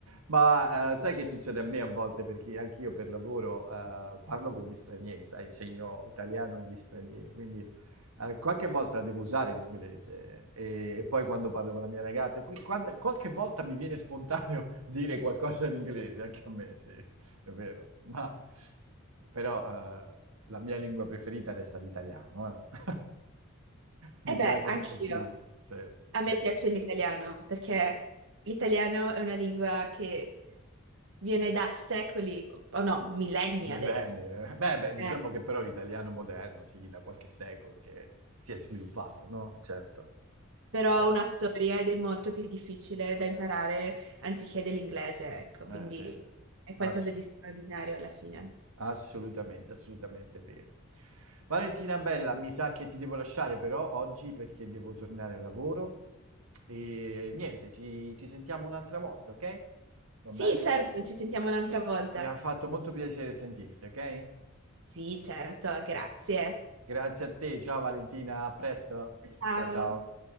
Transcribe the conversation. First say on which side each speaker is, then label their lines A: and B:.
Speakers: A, on the right; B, on the right.
A: Ma, ehm, sai che succede a me a volte, perché anch'io per lavoro, ehm, parlo con gli stranieri, sai, insegno italiano agli stranieri, quindi, ehm, qualche volta devo usare l'inglese e e poi quando parlo con la mia ragazza, qui quando qualche volta mi viene spontaneo <laughs> dire qualcosa in inglese, anche a me, sì, è vero. Ma però, ehm, la mia lingua preferita resta l'italiano, eh. <laughs> Mi
B: E
A: piace
B: beh, anch'io.
A: di più, sì,
B: A
A: sì.
B: me piace l'italiano perché l'italiano è una lingua che viene da secoli, o no, millenni
A: Millenni.
B: adesso.
A: eh. Beh, beh,
B: Eh,
A: diciamo che però l'italiano moderno, sì, da qualche secolo che si è sviluppato, no? Certo.
B: Però
A: Sì.
B: una storia ed è molto più difficile da imparare anziché dell'inglese, ecco, quindi
A: Eh, sì, sì.
B: è
A: Ass-
B: qualcosa di straordinario alla fine.
A: assolutamente, assolutamente vero. Valentina Bella, mi sa che ti devo lasciare però oggi perché devo tornare al lavoro e niente, ci, ci sentiamo un'altra volta, ok? Va
B: Sì,
A: bene?
B: certo, ci sentiamo un'altra volta.
A: Mi ha fatto molto piacere sentirti, ok?
B: Sì, certo, grazie.
A: Grazie a te, ciao Valentina, a presto.
B: Ciao.
A: Ciao ciao.